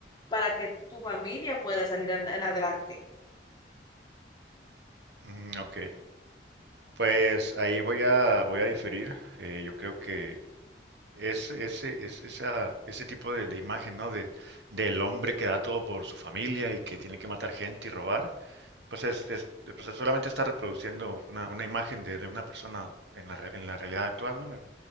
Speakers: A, on the left (about 25°); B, on the right (about 80°).
A: para que tu familia pueda salir en, en adelante.
B: Mm, ok, pues ahí voy a, voy a diferir. Eh, yo creo que es, ese, es, esa, ese tipo de, de imagen, ¿no? De, del hombre que da todo por su familia y que tiene que matar gente y robar, pues es, es- pues es solamente está reproduciendo una, una imagen de, de una persona en la, re- en la realidad actual, ¿no? En